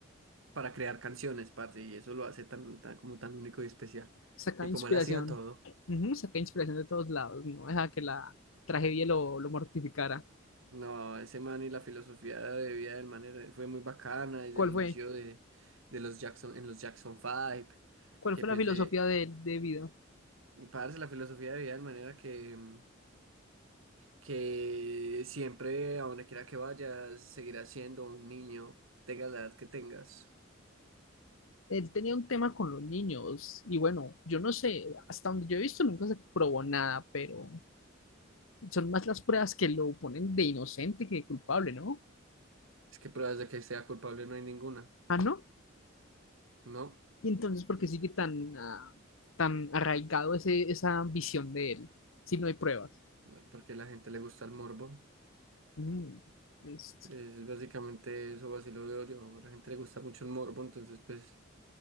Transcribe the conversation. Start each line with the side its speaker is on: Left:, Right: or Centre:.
Right: para crear canciones, parce, y eso lo hace tan, tan, como tan único y especial.
Left: saca
Right: Y
Left: inspiración,
Right: como él hacía todo.
Left: ujú, saca inspiración de todos lados, no deja que la tragedia lo, lo mortificara.
Right: No, ese man y la filosofía de vida del man era- fue muy bacana desde
Left: ¿Cuál
Right: el inicio
Left: fue?
Right: de, de los Jackson, en los Jackson Five
Left: ¿Cuál
Right: que
Left: fue
Right: pues
Left: la filosofía
Right: de,
Left: de, de vida?
Right: parce, la filosofía de vida de manera que, mm, que siempre, a donde quiera que vayas, seguirás siendo un niño, tengas la edad que tengas.
Left: Él tenía un tema con los niños y bueno, yo no sé, hasta donde yo he visto nunca se probó nada, pero... Son más las pruebas que lo ponen de inocente que de culpable, ¿no?
Right: Es que pruebas de que sea culpable no hay ninguna,
Left: Ah, ¿no?
Right: ¿no?
Left: Y entonces, ¿por qué sigue tan, ah, tan arraigado ese, esa visión de él si no hay pruebas?
Right: No, Porque a la gente le gusta el morbo.
Left: Mm, listo.
Right: Es básicamente eso, así lo veo yo. A la gente le gusta mucho el morbo, entonces pues...